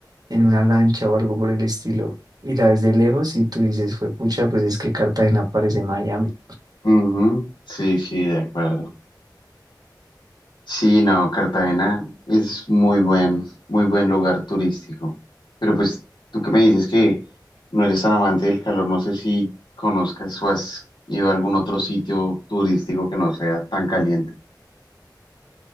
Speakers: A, on the right; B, on the left.
A: en una lancha o algo por el estilo y la ves de lejos y tú dices, fue pucha, pues es que Cartagena parece Miami.
B: Ujú, Sí, sí, de acuerdo. Sí, no, Cartagena es muy buen, muy buen lugar turístico. Pero pues tú que me dices que no eres tan amante del calor, no sé si conozcas o has ido a algún otro sitio turístico que no sea tan caliente.